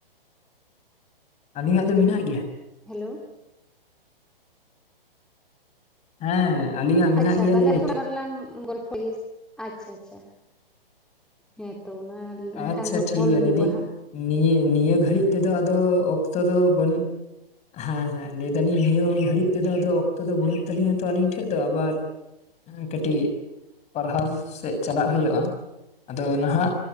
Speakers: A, on the left; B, in the centre.
A: ᱟᱹᱞᱤᱧᱟᱜ ᱫᱚ ᱢᱮᱱᱟᱜ ᱜᱮᱭᱟ
B: ᱦᱮᱞᱳ
A: ᱦᱮᱸ ᱟᱹᱞᱤᱧᱟᱜ ᱢᱮᱱᱟᱜ
B: ᱟᱪᱪᱷᱟ
A: ᱜᱮᱭᱟ
B: ᱛᱟᱦᱚᱞᱮ
A: ᱞᱤᱢᱤᱴ
B: ᱛᱷᱚᱲᱟ <unintelligible> ᱵᱟᱨᱞᱟᱝ ᱜᱚᱞᱯᱚ ᱜᱮ ᱟᱪᱪᱷᱟ ᱟᱪᱪᱷᱟ ᱦᱮᱸᱛᱚ ᱚᱱᱟ ᱮᱱᱠᱷᱟᱱ
A: ᱟᱪᱪᱷᱟ
B: ᱫᱚ
A: ᱴᱷᱤᱠ
B: ᱠᱚᱞ
A: ᱜᱮᱭᱟ
B: ᱦᱩᱭᱩᱜᱼᱟ
A: ᱞᱟᱹᱭ ᱫᱤᱧ
B: ᱦᱟᱸᱜ
A: ᱱᱤᱭᱟᱹ ᱱᱤᱭᱟᱹ ᱜᱷᱟᱹᱲᱤᱡ ᱛᱮᱫᱚ ᱟᱫᱚ ᱚᱠᱛᱚ ᱫᱚ ᱵᱟᱹᱱᱩᱜ ᱦᱮᱸ ᱦᱮᱸ ᱞᱟᱹᱭ ᱫᱟᱞᱤᱧ ᱱᱤᱭᱟᱹ ᱜᱷᱟᱹᱲᱤᱡ ᱛᱮᱫᱚ ᱟᱫᱚ ᱚᱠᱛᱚ ᱫᱚ ᱵᱟᱹᱱᱩᱜ ᱛᱟᱹᱞᱤᱧᱟ ᱛᱚ ᱟᱞᱤᱧ ᱴᱷᱮᱡ ᱫᱚ ᱟᱵᱟᱨ ᱠᱟᱹᱴᱤᱡ ᱯᱟᱲᱦᱟᱣ ᱥᱮᱫ ᱪᱟᱞᱟᱜ ᱦᱩᱭᱩᱜᱼᱟ ᱟᱫᱚ ᱱᱟᱦᱟᱜ